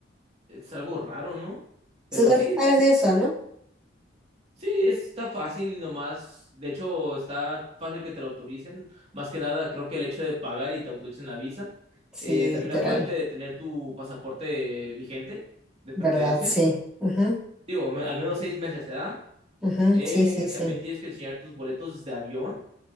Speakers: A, on the right; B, in the centre.
A: Es algo raro, ¿no?
B: Tú
A: Pero
B: también
A: sí,
B: sabes de eso, ¿no?
A: sí, está fácil nomás. De hecho, está fácil que te lo autoricen. Más que nada, creo que el hecho de pagar y te autoricen la visa.
B: Sí,
A: Eh, también
B: literal,
A: acuérdate de tener tu pasaporte vigente, de
B: ¿verdad?
A: preferencia.
B: Sí. Ajá,
A: Digo, me- al menos seis meses se da.
B: ajá,
A: Eh,
B: sí, sí, sí.
A: también tienes que enseñar tus boletos de avión,